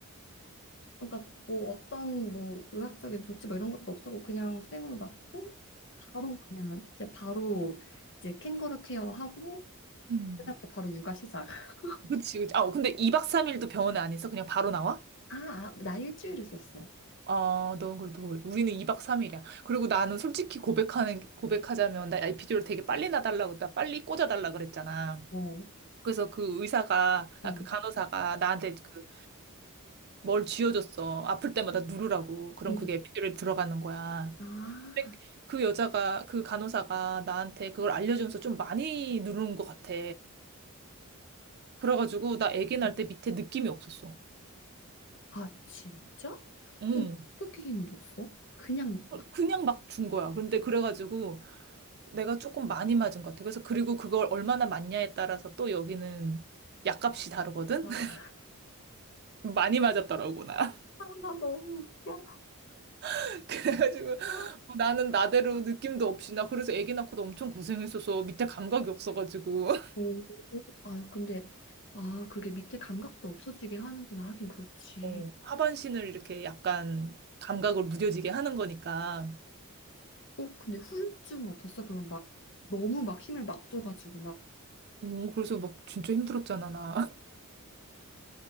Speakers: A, on the left; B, on the right.
A: 그러니까 뭐 어떤 뭐 의학적인 조치 뭐 이런 것도 없었고 그냥 생으로 낳고 바로 그냥 이제 바로 이제 캥거루 케어하고
B: 응,
A: 그다음부터 바로 육아 시작. <laughs>
B: 그치, 그치. 아, 근데 2박 3일도 병원에 안 있어? 그냥 바로 나와?
A: 아, 아, 나 일주일 있었어.
B: 아, 넌 그래도 어려- 우리는 2박 3일이야. 그리고 나는 솔직히 고백하는, 고백하자면, 나 에피dural 되게 빨리 나달라고 나 빨리 꽂아달라 그랬잖아.
A: 어,
B: 그래서 그 의사가,
A: 어.
B: 아, 그 간호사가 나한테 그 뭘 쥐어줬어. 아플 때마다 누르라고. 그럼
A: 응
B: 그게 에피 d u 들어가는 거야.
A: 아,
B: 근데 그 여자가, 그 간호사가 나한테 그걸 알려주면서 좀 많이 누르는 것 같아. 그래가지고 나 아기 낳을
A: 어.
B: 때 밑에 느낌이 없었어.
A: 아, 진짜?
B: 응.
A: 근데 어떻게 힘을 줬어? 그냥 막,
B: 그냥 막 준 거야. 근데 그래가지고 내가 조금 많이 맞은 것 같아. 그래서 그리고 그걸 얼마나 맞냐에 따라서 또 여기는 약값이 다르거든?
A: 아,
B: <laughs> 많이 맞았더라고, 나.
A: 아, 나 너무 웃겨.
B: <laughs> 그래가지고
A: 아.
B: 뭐 나는 나대로 느낌도 없이 나 그래서 아기 낳고도 엄청 고생했어서 밑에 감각이 없어가지고 <laughs>
A: 오. 아, 근데, 아, 그게 밑에 감각도 없어지게 하는구나. 하긴 그렇지.
B: 어, 하반신을 이렇게 약간 감각을 무뎌지게 하는 거니까.
A: 어, 근데 후유증 없었어? 그럼 막, 너무 막 힘을 막 줘가지고 막,
B: 어, 그래서 막 진짜 힘들었잖아, 나. <laughs>